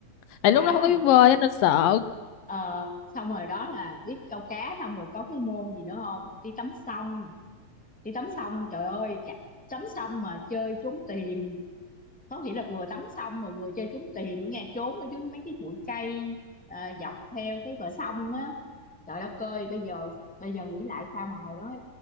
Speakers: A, on the left; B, in the centre.
A: tại lúc
B: hồi
A: đó
B: đó
A: không có
B: hè
A: biết bơi á, nên sợ
B: Ờ, xong rồi đó là biết câu cá xong rồi có cái môn gì nữa không đi tắm sông đi tắm sông trời ơi cả- tắm sông mà chơi trốn tìm có nghĩa là vừa tắm sông mà vừa chơi trốn tìm nữa nghe trốn ở dưới mấy cái bụi cây ờ, dọc theo cái bờ sông á trời đất ơi bây giờ bây giờ nghĩ lại sao mà hồi đó